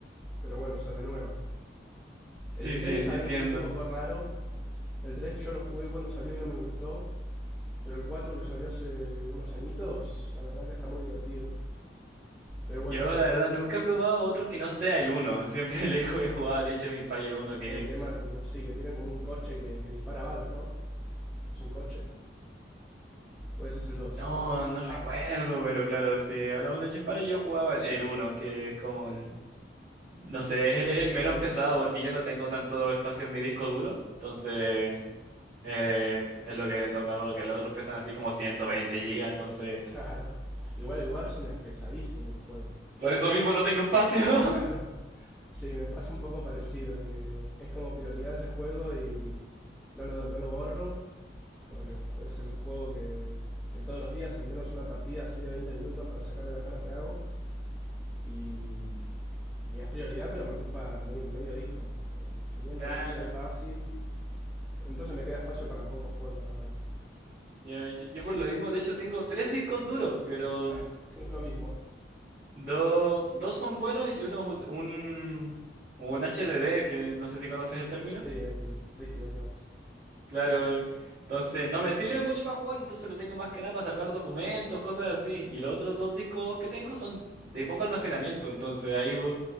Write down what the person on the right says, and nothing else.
Sí,
sí, en-
entiendo.
Yo
la verdad nunca he probado otro que no sea el uno <laughs> Siempre le
he ju-
he jugado el Age of Empires uno que
no,
no recuerdo,
pero claro, si hablamos de Age of Empires yo jugaba el, el uno que es como el no sé, es el, es
el
menos pesado porque yo no tengo tanto espacio en mi disco duro, entonces eh, es lo que me toca porque los otros pesan así como 120 gigas, entonces
por eso mismo no tengo espacio.
<laughs>
Claro.
Yo, yo- yo
por lo mismo, de hecho, tengo tres discos duros, pero
dos, dos son buenos y uno es un, un HDD, que no sé si conoces el término.
Claro, eh, entonces no me sirve mucho para jugar, entonces lo tengo más que nada para salvar documentos, cosas así. Y los otros dos discos que tengo son de poco almacenamiento, entonces ahí vo-